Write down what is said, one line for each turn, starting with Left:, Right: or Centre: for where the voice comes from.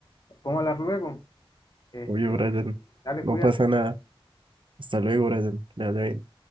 Left: Podemos hablar luego. Este,
Right: Obvio, Brian.
Left: dale,
Right: No
Left: cuídate.
Right: pasa nada. Hasta luego, Brian. Que le vaya bien.